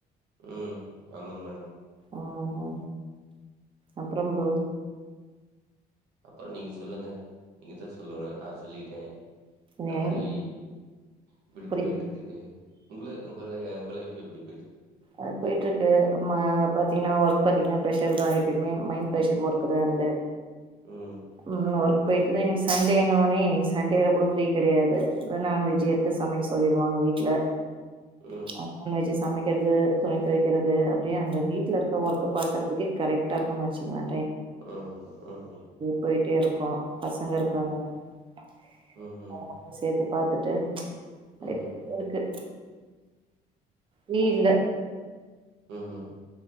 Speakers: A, on the right; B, on the right.
A: உஹ்ம் ஆமாங் மேடம்
B: ஹ ஹ அப்புறம்போ
A: அப்புறம் நீங்க சொல்லுங்க நீங்கதா சொல்லோணு நா சொல்லிட்டே இந்த
B: நீங்
A: மாரி இப்பிடி
B: புரியுது
A: போயிட்டு இருக்குது உங்களு உங்க உங்க லைஃப் எப்பிடி
B: அது போயிட்ருக்கு அமா பாத்தீங்கன்னா ஒர்க் பாத்தீங்கன்னா ப்ரெஷர் தா எப்பயிமே மைண்ட் ப்ரெஷர் ஒர்க் தா என்து
A: ம்
B: உம் ஒர்க் போய்ட்டுதே இன்னைக்கு சண்டேனாலே இன்னிக்கு சண்டேல கூட ஃப்ரீ கிடையாது நான்வெஜ் எடுத்து சமைக் சொல்லிருவாங்க வீட்ல
A: ம்
B: <unintelligible> சமைக்கிறது துணி தொவைக்கிறது அப்டியே அந்த வீட்ல இருக்க ஒர்க் பாக்கறதுக்கே கரெக்டா இருக்குன் வச்சுங்களே
A: உம் ஹ்ம்
B: போயிட்டே இருக்கு பசங்க இருக்காங்க <inaudible>
A: ம்ஹும்
B: சேத்து பாத்துட்டு <unintelligible>
A: ம்ஹும்
B: இருக்கு நீ இல்ல
A: உஹ் ம்